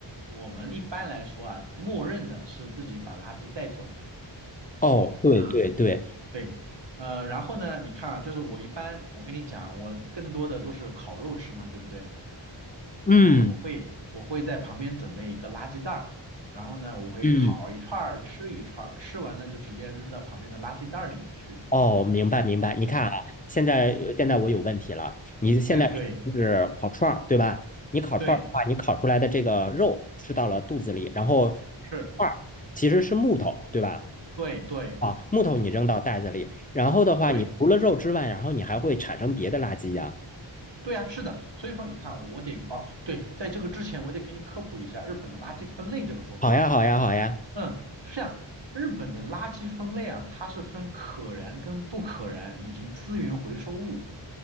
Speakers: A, on the right; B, on the left.
A: 我们一般来说啊，默认的是自己把垃圾带走。
B: 哦，对对对，
A: 嗯对，呃，然后呢，你看啊，就是我一般，我跟你讲啊，我更多的都是烤肉吃嘛，对不对？
B: 嗯
A: 啊、我会我会在旁边准备一个垃圾袋儿，然后呢，我会烤一串儿，
B: 嗯，
A: 吃一串儿，吃完了就直接扔到旁边的垃圾袋儿里面去。
B: 哦，明白明白。你看啊，
A: 嗯
B: 现在呃现在我有问题了。
A: 嗯，
B: 你现在是烤串儿，
A: 那对
B: 对吧？你烤串儿的话，
A: 对
B: 你烤出来的这个肉吃到了肚子里，然后
A: 是，
B: 串儿其实是木头，对吧？
A: 对对
B: 啊，木头你扔到袋子里，然后的话，
A: 对
B: 你除了肉之外，然后你还会产生别的垃圾呀。
A: 对啊，是的。所以说你看啊，我得哦，对，在这个之前我得给你科普一下日本的垃圾分类这个说法。
B: 好呀，好呀，好呀。
A: 嗯，是这样。日本的垃圾分类啊，它是分可燃跟不可燃，以及资源回收物。